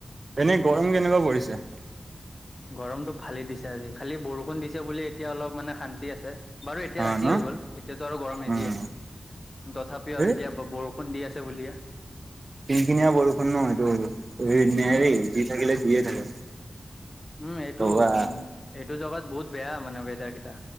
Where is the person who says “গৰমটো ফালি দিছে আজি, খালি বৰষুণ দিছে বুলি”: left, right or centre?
Left